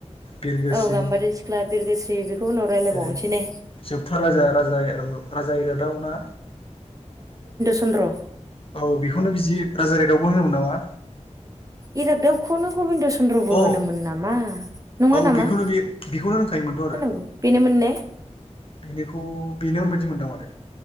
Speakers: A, on the left; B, on the right.
A: बिरगोस्रि
B: औ गाम्बारि सिख्ला बिरगोस्रि बेखौ उनाव रायलायबावनोसै
A: जेरै
B: ने
A: जोबथा राजा राजा इ राजाय इरागदाव ना?
B: सन्द्र'
A: औ बेखौनो बिदि राजा इराग्दावबो होनोमोन नामा?
B: इराग्दावखौनो गबिन्द चन्द्रबो
A: औ
B: होनोमोन नामा? नङा
A: औ
B: नामा?
A: बेखौनो बे बेखौनो होनखायोमोनथ' आरो
B: है नोंगौ बेनोमोन ने?
A: बेनिखौ बेनोमोनबायदि मोनदों माथो